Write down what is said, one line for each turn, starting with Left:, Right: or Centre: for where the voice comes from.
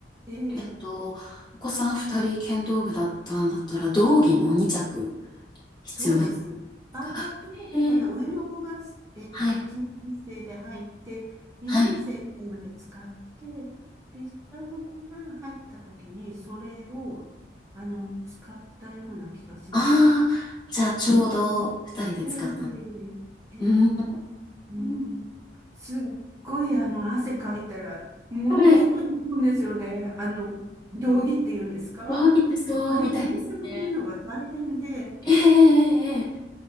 Right: ええ、
Left: えっと、お子さん二人剣道部だったんだったら、道着も二着。
Right: ええ
Left: 必要だったんで
Right: そうですね。
Left: すかへえ、
Right: ああ、どこかな。上の子が、えっと、
Left: はい、
Right: 1年生で入って、2年生まで使って、
Left: はい。
Right: で、下の子が入った時に、それを、あの、使ったような気がします。
Left: ああ、じゃあちょうど二人で使った。
Right: ええ、ええ、ええ、
Left: うん。うん
Right: うん。すっごい、あの、汗かいたら、ものすごい飲むんですよね。
Left: はい。
Right: あの、道着っていうんですか
Left: 上着ってそうみたいですね。
Right: あれ、洗濯するのが大変で。
Left: ええええええ